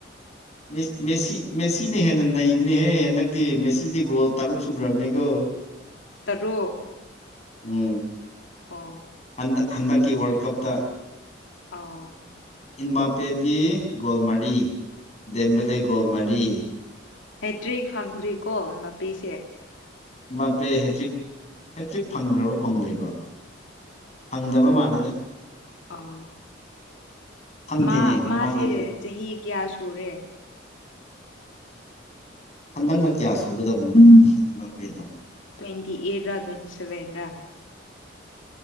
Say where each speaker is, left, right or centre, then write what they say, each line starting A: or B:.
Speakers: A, on the left (about 35°); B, on the left (about 80°).
A: ꯃꯤ ꯃꯦꯁꯤ ꯃꯦꯁꯤꯅ ꯍꯦꯟꯅ ꯅꯩꯕꯅꯦꯍꯦ ꯍꯟꯗꯛꯇꯤ ꯃꯦꯁꯤꯗꯤ ꯒꯣꯜ ꯇꯔꯨꯛ ꯁꯨꯒ꯭ꯔꯕꯅꯦꯒꯣ
B: ꯇꯔꯨꯛ
A: ꯎꯝ
B: ꯑꯣ
A: ꯍꯟꯗ ꯍꯟꯗꯛꯀꯤ ꯋꯥꯔꯜ ꯀꯞꯇ
B: ꯑꯣ
A: ꯏꯟꯕꯥꯞ ꯄꯦꯗꯤ ꯒꯣꯜ ꯃꯔꯤ ꯗꯦꯝꯕꯤꯂꯦ ꯒꯣꯜ ꯃꯔꯤ
B: ꯍꯦꯇ꯭ꯔꯤꯛ ꯐꯪꯗ꯭ꯔꯤꯀꯣ ꯕꯥꯄꯦꯁꯦ
A: ꯃꯥꯄꯦ ꯍꯦꯇ꯭ꯔꯤꯛ ꯍꯦꯇ꯭ꯔꯤꯛ ꯐꯪꯒ꯭ꯔꯕ ꯐꯪꯗ꯭ꯔꯤꯕ ꯐꯪꯗꯕ ꯃꯥꯜꯂꯦꯗ
B: ꯑꯥ
A: ꯈꯪꯗꯦꯅꯦ
B: ꯃꯥ
A: ꯃꯃꯥꯡꯒꯤꯗꯣ
B: ꯃꯥꯁꯦ ꯆꯍꯤ ꯀꯌꯥ ꯁꯨꯔꯦ
A: ꯍꯟꯗꯛꯅ ꯀꯌꯥ ꯁꯨꯒꯗꯕꯅꯣ ꯕꯥꯄꯦꯗꯣ
B: ꯇ꯭ꯋꯦꯟꯇꯤ ꯑꯦꯠꯔ ꯇ꯭ꯋꯦꯟꯇꯤ ꯁꯦꯚꯦꯟꯔ